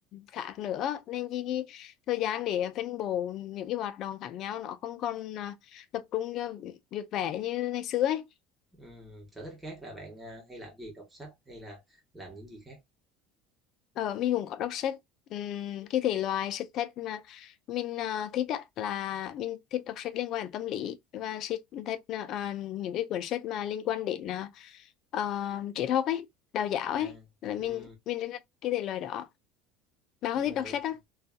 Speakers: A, on the left; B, in the centre.
A: khác nữa nên cái, cái thời gian để phân bổ những cái hoạt động khác nhau nó không còn à, tập trung cho việc vẽ như ngày xưa ấy
B: ừ. Sở thích khác là bạn à, hay làm gì? Đọc sách hay là làm những gì khác?
A: ờ, mình cũng có đọc sách Ừm, cái thể loại sách thích mà mình à, thích á, là mình thích đọc sách liên quan đến tâm lý và sách thích à, à, những cái cuốn sách mà liên quan đến à, ờ, triết học ấy đạo giáo
B: À,
A: ấy là mình
B: ừ,
A: mình rất là cái thể loại đó bạn
B: ừ,
A: có thích đọc
B: đúng.
A: sách
B: rồi.
A: không